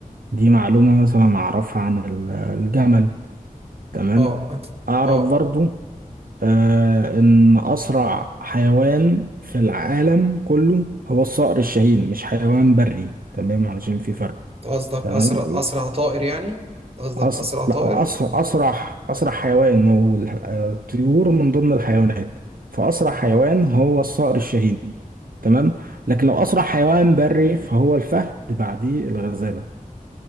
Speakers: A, on the right; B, on the right.
A: دي معلومة مثلا أعرفها عن ال- الجمل تمام
B: اه انت
A: أعرف
B: اه
A: برضو آه إن أسرع حيوان في العالم كله هو الصقر الشاهين مش حيوان بري تمام علشان في فرق
B: أنت قصدك
A: تمام
B: اسرع اسرع طائر يعني قصدك
A: أس...
B: اسرع طائر
A: لا أس... أسرع أسرع حيوان ما هو ال- الطيور من ضمن الحيوانات فأسرع حيوان
B: اه
A: هو الصقر الشاهين تمام لكن لو أسرع حيوان بري فهو الفهد بعديه الغزالة